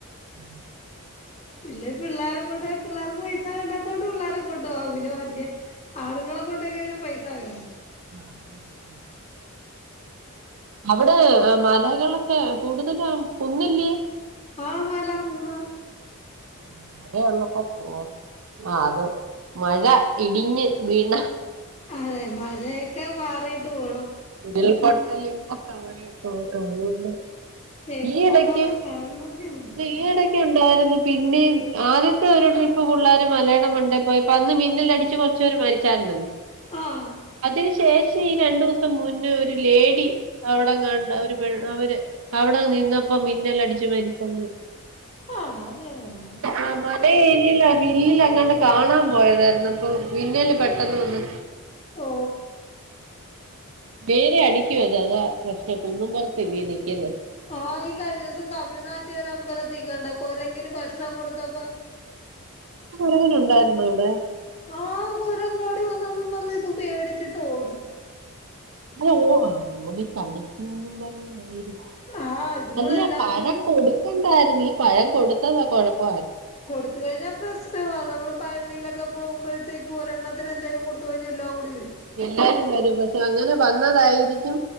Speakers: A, on the right (about 65°); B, on the left (about 30°).
A: ഉം
B: ഇല്ലേ പിള്ളേരെ കൊണ്ടോയ പിള്ളേർക്ക് പൈസ വേണ്ടാത്തോണ്ട് പിള്ളേരെ കൊണ്ടോവാം. അതിന് വല്യ ആണ്ങ്ങളെ കൊണ്ടോയിക്കയിഞ്ഞാൽ പൈസ വേണ്ടേ.
A: ആഹ <inaudible> അവിടെ മലകളൊക്കെ കൂടുതല കുന്നില്ല്യെ?
B: ആ മല മൂന്നാറ്.
A: ആവിടൊ ഉള്ളപ്പോ പോ ആ അത് മഴ ഇടിഞ്ഞ് വീണ
B: അതെ മഴയൊക്കെ മാറിട്ട് പോ
A: ഉരുൾപൊട്ടലിന്റെ സമയംക്കെ അതുകൊണ്ട്.
B: തേയിലത്തോട്ടമൊക്കെ
A: ഈ ഇടയ്ക്ക് ഇല്ല
B: കാണണമെങ്കി അങ്ങനെ
A: ഈ ഇടക്ക്. ണ്ടായി പിന്ന ആദ്യത്തെ ഒരു ട്രിപ്പ് പിള്ളേർ മലയാള മണ്ടേ പോയിപ്പോ അന്ന് മിന്നിൽ അടിച്ച കുച്ചര് മരിച്ചായിരുനു-
B: ആഹ്
A: അതിന് ശേഷം ഈ രണ്ടു ദിവസ മുന്നേ ഒരു ലേഡി അവിടെകാൺ അവ അവര് അവിടെ നിന്നപ്പോ മിന്നല് അടിച്ചു മരിച്ചന്ന്
B: ആണോ അത് ഞാൻ കണ്ടില്ല
A: ആ മഴ ഏരിയില ഹില്ലിൽ അങ്ങോണ്ട് കാണാ പോയതായിരുന്നു ഇപ്പോ മിന്നല് പെട്ടെന്ന് വന്നു
B: ഓ
A: വറെ അടിക്കു അത് അതാ പ്രശ്നം കുന്നുംപുറത്തല്ലേ നിക്കുന്നത്
B: ആഹ ഈ കഴിഞ്ഞ ദിവസം തമിഴ്നട്ട്ക്കര അമ്പല <unintelligible> ക്കണ്ട കൊരെങ്ങിന് ഭക്ഷണം കൊടുത്തപ്പ
A: കുറങ്ങന് ഉണ്ടായിരുന്നോ ഇവിടെ
B: ആഹ കുരങ്ങ് ഓടിവന്നന്നും പറഞ്ഞ് പേടിച്ചിട്ട് ഓടി
A: അഓ ആ നമ്മുക്ക് തളിക്കന്നും <unintelligible> പറഞ്ഞായി <unintelligible>
B: ആഹ് ഇതുങ്ങളെല്ലാം
A: അല്ല പഴ
B: കൂടി
A: കൊടുക്കണ്ടായിരുന്നു ഈ പഴം കൊടുത്തതാ കൊഴപ്പമായെ
B: കൊടുത്ത കഴിഞ്ഞാൽ പ്രശ്നമാണ് നമ്മള് പഴനിയിലൊക്കെ പോകുമ്പോഴത്തേകക്കും ഒരെണ്ണത്തിന് എന്തായാലും കൊടുത്ത കഴിഞ്ഞാ എല്ലാം കൂടി വരും.
A: എല്ലാരും വരും പക്ഷം അങ്ങനെ വന്നതായിരിക്കും